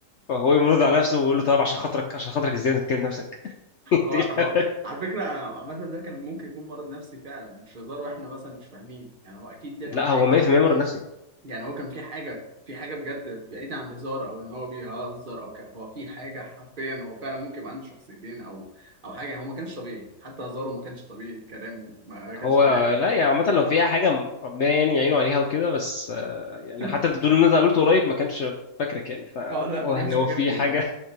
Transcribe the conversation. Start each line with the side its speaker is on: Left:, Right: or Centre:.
Left: هو يمرض على نفسه ويقول له طب عشان خاطرك عشان خاطرك ازاي انت بتكلم نفسك <laughs> إنت
Right: هو
Left: إيه
Right: هو
Left: الهبل؟
Right: على فكره أنا عامه ده كان ممكن يكون مرض نفسي فعلا مش هزار واحنا مثلا مش فاهمين يعني هو اكيد ده
Left: لا
Right: كان حاجه
Left: هو 100% مرض نفسي
Right: يعني هو كان في حاجه في حاجه بجد بعيده عن الهزار او ان هو بيهزر او كان هو في حاجه حرفيا هو فعلا ممكن يبقى عنده شخصيتين او او حاجه هو ما كانش طبيعي حتى هزاره ما كانش طبيعي كلامه ما كانش
Left: هو
Right: طبيعي
Left: لا يعني عامة لو في أي حاجة م- ربنا يعني يعينه عليها وكده بس آه،
Right: <laughs>
Left: يعني حتى أنت بتقول إن أنت قابلته قريب ما كانش فاكرك يعني فواضح
Right: اه لا ما كانش
Left: إن هو
Right: فاكرني
Left: في حاجة
Right: في